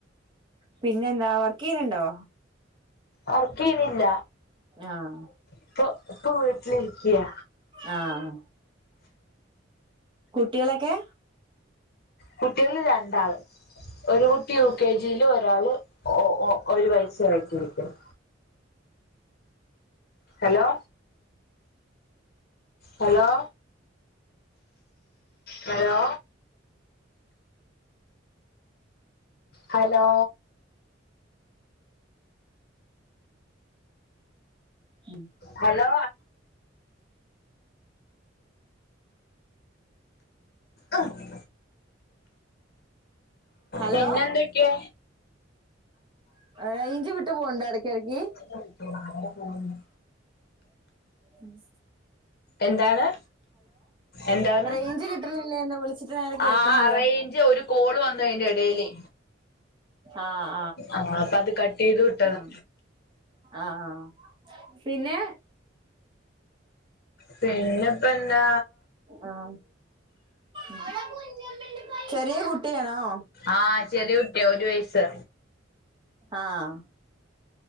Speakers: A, on the right; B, on the left.
A: പിന്നെ എന്താ വർക്ക് ചെയ്യുന്നുണ്ടോ
B: വർക്ക് ചെയ്യുന്നില്ല
A: ആഹ്
B: ഇപ്പൊ ഇപ്പൊ വീട്ടിലിരിക്ക്യാ
A: ആഹ് കുട്ടികളൊക്കെ
B: കുട്ടികള് രണ്ടാള് ഒരു കുട്ടി യു കെ ജിയില് ഒരാള് ഓ ഓ ഓ ഒരു വയസ്സായിട്ടിരിക്ക്‌ണ് ഹലോ ഹലോ ഹലോ ഹലോ
A: ഉം
B: ഹലോ അഹ്
A: ഹലോ
B: പിന്നെ എന്തൊക്കെ
A: റയ്ഞ്ച് വിട്ട് പോണിണ്ടൊ ഇടക്കിടയ്ക്ക്
B: <inaudible> പോവുന്നു
A: അംസ് <inaudible>
B: എന്താണ് എന്താണ്
A: റേഞ്ച് കിട്ടണില്ലേന്ന് വിളിച്ചിട്ട് നേരെ കേക്കണില്ല
B: ആഹ് റയിഞ്ച് ഒരു കോള് വന്നു അയിന്റെ എടേലേ
A: ആഹ്
B: ആഹ് അപ്പ അത് കട്ട് ചെയ്ത് വിട്ടതാ
A: ആഹ് ആഹ് ആഹ് പിന്നെ
B: പിന്നെപ്പ എന്താ
A: ആഹ് ആഹ് ചെറിയ കുട്ടിയാണോ
B: ആഹ് ചെറിയ കുട്ടിയാ ഒരു വയസ്
A: ആഹ്